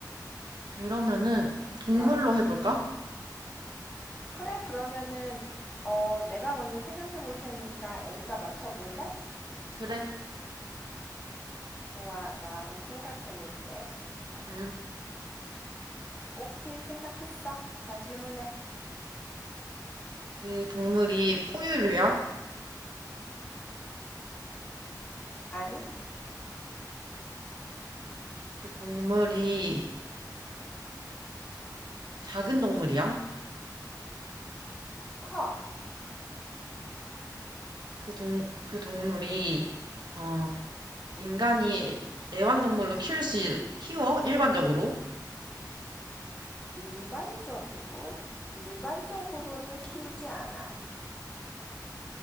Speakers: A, on the right; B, on the left.
A: 그러면은 동물로
B: 좋아.
A: 해볼까?
B: 응. 그래, 그러면은 어, 내가 먼저 생각해 볼 테니까 A가 맞춰 볼래?
A: 그래.
B: 좋아. 나 그럼 생각해 볼게. 음,
A: 음,
B: 오케이, 생각했어. 자, 질문해.
A: 그 동물이 포유류야?
B: 아니,
A: 그 동물이 작은 동물이야?
B: 커.
A: 그 동, 그 동물이, 어, 인간이 애완동물로 키울 수, 키워? 일반적으로?
B: 일반적으로? 일반적으로는 키우지 않아.